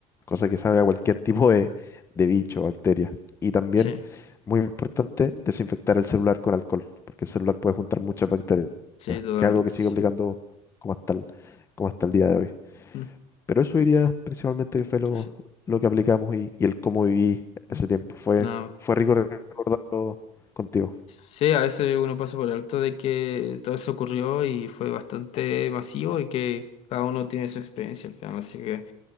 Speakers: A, on the left; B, on the left.
A: cosa que salga cualquier tipo de, de bicho, bacteria. Y también
B: Sí,
A: muy importante, desinfectar el celular con alcohol, porque el celular puede juntar muchas bacterias,
B: sí,
A: que
B: totalmente,
A: es algo que sigue
B: sí.
A: aplicando como hasta el, como hasta el día de hoy.
B: Mm,
A: Pero eso diría principalmente que fue lo,
B: sí.
A: lo que aplicamos y, y el cómo viví
B: Mm.
A: ese tiempo. Fue,
B: Nada
A: fue rico recordarlo contigo.
B: Sí, a veces uno pasa por alto de que todo eso ocurrió y fue bastante masivo y que cada uno tiene su experiencia al final. Así que